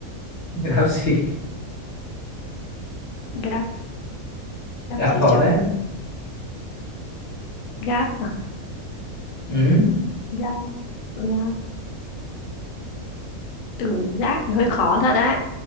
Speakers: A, on the left; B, on the left.
A: <laughs> gáp gì
B: gáp gáp
A: gáp
B: gì
A: khó
B: trời
A: đấy
B: gáp mà
A: ừ.
B: gáp gáp từ gáp thì hơi khó thật đấy